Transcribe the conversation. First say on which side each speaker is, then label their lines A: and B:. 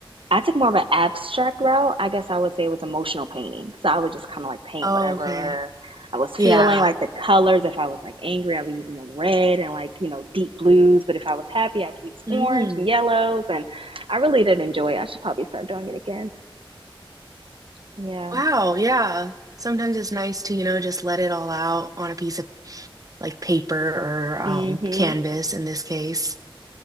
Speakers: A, on the right; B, on the right.
A: I took more of an abstract route. I guess I would say it was emotional painting. So I would just kind of like paint
B: Oh,
A: whatever
B: okay.
A: I was feeling,
B: Yeah.
A: like the colors. If I was like angry, I would use more red and like, you know, deep blues. But if I was happy, I'd use
B: Mm.
A: orange and yellows. And I really did enjoy it. I should probably start doing it again. Yeah.
B: Wow. Yeah. Sometimes it's nice to, you know, just let it all out on a piece of like paper or um,
A: Mm-hmm.
B: canvas in this case.